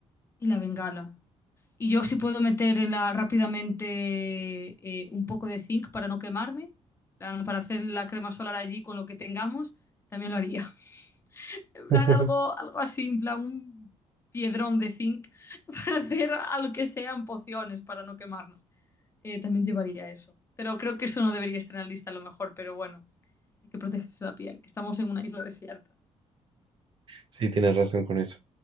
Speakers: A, on the left; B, on the right.
A: y la bengala. Y yo si puedo meter en la, rápidamente eh, un poco de zinc para no quemarme, plan, para hacer la crema solar allí con lo que tengamos, también lo haría. <laughs> En
B: <laughs>
A: plan, algo, algo así, en plan, un piedrón de zinc <laughs> para hacer algo que sean pociones para no quemarnos. Eh, también llevaría eso. Pero creo que eso no debería estar en la lista a lo mejor, pero bueno, hay que protegerse la piel, que estamos en una isla desierta.
B: Sí, tienes razón con eso.